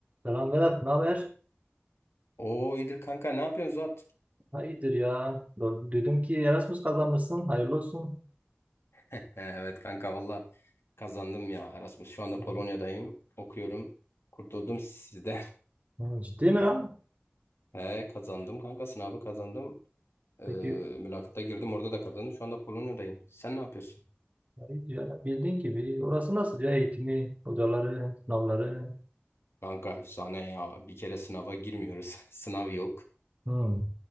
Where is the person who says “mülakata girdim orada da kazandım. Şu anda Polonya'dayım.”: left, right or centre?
Left